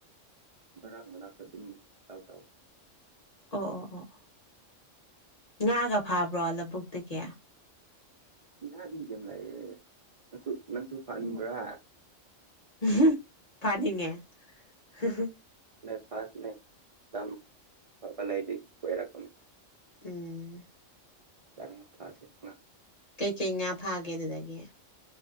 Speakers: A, on the right (about 65°); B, on the left (about 40°).
A: ꯕꯔꯥꯡ ꯃꯅꯥꯛꯇ ꯑꯗꯨꯝ ꯂꯥꯎ ꯇꯥꯎ <unintelligible>
B: ꯑꯣ ꯑꯣ ꯑꯣ ꯉꯥꯒ ꯐꯥꯕ꯭ꯔꯣ ꯂꯧꯕꯨꯛꯇꯒꯤ
A: ꯉꯥꯗꯤ ꯑꯗꯨꯝ ꯂꯩꯌꯦ ꯅꯪꯁꯨ ꯅꯪꯁꯨ ꯐꯥꯅꯤꯡꯕ꯭ꯔꯥ
B: ꯍꯝ ꯐꯅꯤꯡꯉ ꯍꯝ ꯍꯝ
A: ꯅ ꯐꯥꯁ ꯅ ꯇꯝ ꯐꯂꯥꯏꯗꯤ ꯀꯣꯏꯔꯀꯣꯅꯤ
B: ꯎꯝ
A: ꯆꯔꯃ ꯐꯁꯦ <unintelligible>
B: ꯀꯩ ꯀꯩ ꯉꯥ ꯐꯥꯒꯦ ꯑꯗꯨꯗꯒꯤ